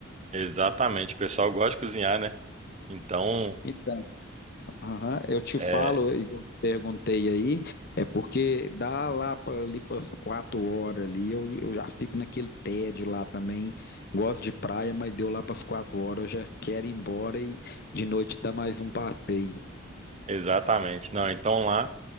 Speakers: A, on the right; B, on the left.
A: Exatamente, o pessoal gosta de cozinhar, né? Então,
B: Então, aham, eu te
A: é,
B: falo, igual eu perguntei aí, é porque dá lá para ali para quatro horas ali, eu, eu já fico naquele tédio lá também. Gosto de praia, mas deu lá para as quatro horas, eu já quero ir embora e de noite dá mais um passeio.
A: exatamente. Não, então lá